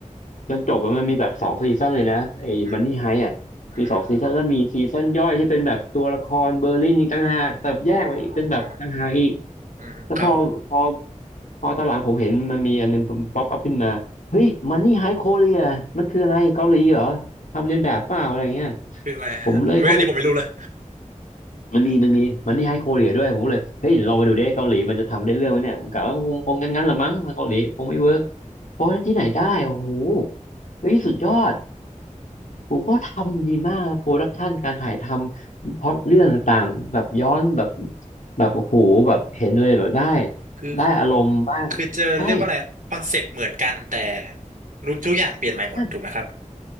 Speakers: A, on the left (about 70°); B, on the right (about 85°).
A: จนจบอะมันมีแบบสองซีซั่นเลยนะไอ้มันนี่ไฮอ่ะมีสองซีซั่นแล้วมีซีซั่นย่อยที่เป็นแบบตัวละครเบอร์ลินนี่ต่างหากแบบแยกไว้อีกเป็นแบบต่างหากอีก
B: อืมอืมอ๋ออ๋ออืมครับผม
A: แล้วพอพอพอตอนหลังผมเห็นมันมีอันนึงป๊อปอัพขึ้นมาเฮ้ยมันนี่ไฮโคเรียมันคืออะไรเกาหลีเหรอทำเลียนแบบเปล่าอะไรเงี้ย
B: คืออะไรฮะผมไม่อันนี้ผมไม่รู้เลย
A: ผมเลยเข้าไป มันมีมันมีมันที่ให้โคเรียด้วยผมก็เลยเฮ้ยลองไปดูดิเกาหลีมันจะทำได้เรื่องไหมเนี่ยผมกะว่าคงคงงั้นงั้นละมั้งเกาหลีคงไม่เวิร์กเพราะที่ไหนได้โอ้โหเฮ้ยสุดยอดผมก็ทำดีมากโปรดักชันการถ่ายทำพล็อตเรื่องต่างๆแบบย้อนแบบแบบโอ้โหแบบเห็นเลยแบบได้
B: คือ
A: ได้อารมณ์มากใช่
B: คือจะเรียกว่าอะไรคอนเซปต์เหมือนกันแต่รู้ทุกอย่างเปลี่ยนใหม่หมดถูกไหมครับ
A: ใช่